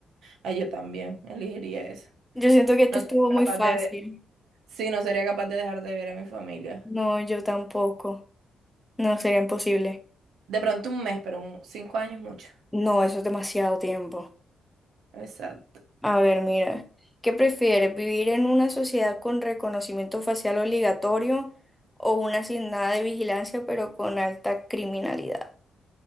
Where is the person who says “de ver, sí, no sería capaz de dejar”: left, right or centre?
Right